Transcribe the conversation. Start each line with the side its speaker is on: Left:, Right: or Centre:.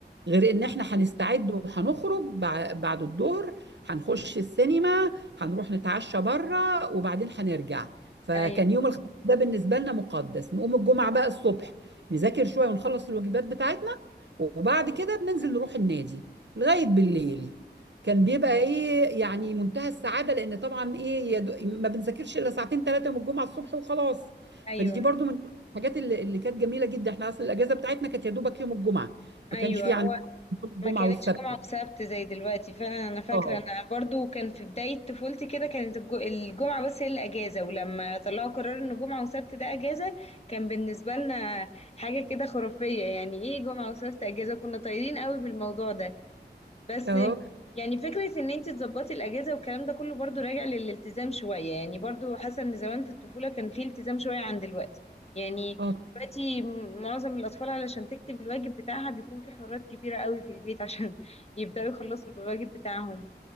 Right: غير ان احنا هنستعد وهنخرج بع- بعد الظهر هنخش السينما هنروح نتعشى بره وبعدين هنرجع فكان
Left: ايوه
Right: يوم الخميس ده بالنسبه لنا مقدس نقوم الجمعه بقى الصبح نذاكر شويه ونخلص الواجبات بتاعتنا وبعد كده بننزل نروح النادي لغاية بالليل كان بيبقى ايه يعني منتهى السعادة لان طبعا ايه يا دو- ما بنذاكرش الا ساعتين ثلاثة من الجمعة الصبح وخلاص
Left: ايوه
Right: فدي برضو من الحاجات اللي, اللي كانت جميلة جدا احنا اصل الاجازة بتاعتنا كانت يا دوبك يوم الجمعة
Left: ايوه
Right: ما كانش في عندنا يوم الجمعة
Left: ما كانتش
Right: والسبت
Left: جمعة وسبت زي دلوقتي فعلا انا فاكرة
Right: اه
Left: انا برضو كان في بداية طفولتي كده كانت الج- الجمعة بس هي الاجازة ولما طلعوا قرار ان جمعة وسبت ده اجازة كان بالنسبة لنا حاجة كده خرافية يعني ايه جمعة وسبت اجازة كنا طايرين قوي بالموضوع ده بس
Right: اه
Left: يعني فكرة ان انت تظبطي الاجازة والكلام ده كله برضو راجع للالتزام شوية يعني برضو حاسة ان زمان في الطفولة كان في التزام شوية عن دلوقتي يعني
Right: اه
Left: دلوقتي م- معظم الاطفال علشان تكتب الواجب بتاعها بيكون في حوارات كبيرة قوي في البيت <laughs> عشان يبدأوا يخلصوا الواجب بتاعهم